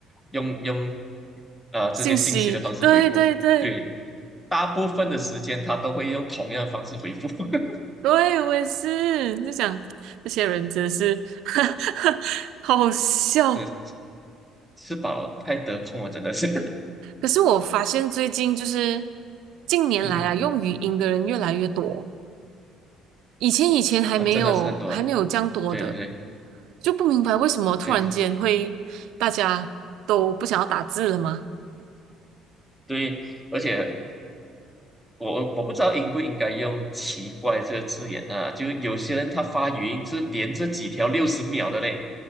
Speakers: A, in the centre; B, on the right.
A: 用用
B: <laughs>
A: 啊这些信息的方式回复。
B: 信息。对对对，
A: 对，大部分的时间他都会用同样的方式回复。<laughs>
B: 对，我也是，就想这些人真的是 <laughs> 好好笑。
A: 嗯，吃饱太得空了，真的是，
B: 可是我发现最近就是近年来啊，
A: <laughs> 嗯哼
B: 用语音的人越来越多，以前以前还没有还没有这样多的，
A: 啊，真的是很多。对对对
B: 就不明白为什么突然间会大家都不想要打字了吗？
A: 对对，而且我我不知道应不应该用“奇怪”这个字眼啊，就有些人他发语音是连着几条六十秒的嘞。